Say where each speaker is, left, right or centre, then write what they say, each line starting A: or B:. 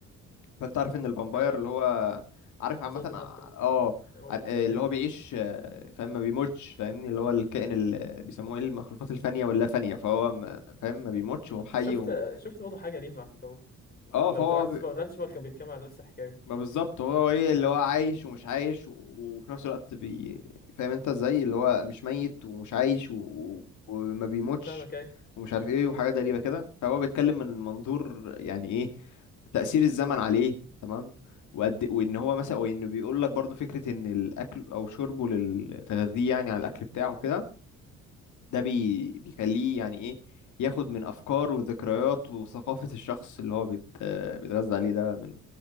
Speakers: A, on the left; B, on the left.
A: فأنت عارف إن الفامباير
B: حلو قوي
A: اللي هو عارف عامة
B: مصاص دماء كده
A: اه
B: المهم،
A: عار- اللي
B: ايوه
A: هو بيعيش آه، فاهم ما بيموتش فاهمني اللي هو الكائن اللي بيسموه ايه المخلوقات الفانية واللا فانية فهو ما- فاهم ما بيموتش وهو حي
B: شفت
A: و...
B: شفت برضه حاجه ليهم على فكره لو
A: اه فهو
B: تابعت سوبر ناتشورال كان بيتكلم عن نفس الحكايه
A: ما بالظبط هو ايه اللي هو عايش ومش عايش و- وفي نفس الوقت بي... فاهم انت ازاي اللي هو مش ميت ومش عايش و... وما بيموتش
B: فاهمك ايه
A: ومش عارف ايه وحاجات غريبة كده فهو بيتكلم من منظور يعني ايه تأثير الزمن عليه تمام وقد إيه، وان هو مثلا وانه بيقول لك برضو فكرة ان الاكل او شربه للتغذية يعني على الاكل بتاعه كده ده بي... بيخليه يعني ايه ياخد من افكار وذكريات وثقافة الشخص اللي هو بيت... آه، بيتغذى عليه ده من